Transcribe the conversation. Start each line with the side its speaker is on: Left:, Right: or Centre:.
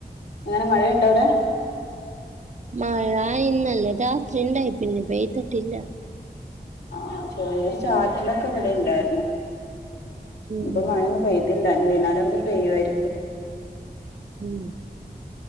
Left: എങ്ങനെ മഴയുണ്ടോ അവിടെ
Right: മഴ ഇന്നലെ രാത്രി ണ്ടായി പിന്നെ പെയ്തിട്ടില്ല
Left: ആ ചെറിയോരു ചാറ്റലൊക്കെ ഇവിടെ ഉണ്ടായിരുന്നു
Right: ഉം
Left: ഇപ്പൊ മഴ ഒന്ന് പെയ്ത് ഇല്ല ഞ്ഞി വൈനേരാകുമ്പോ പെയ്യായിരിക്കും
Right: ഉം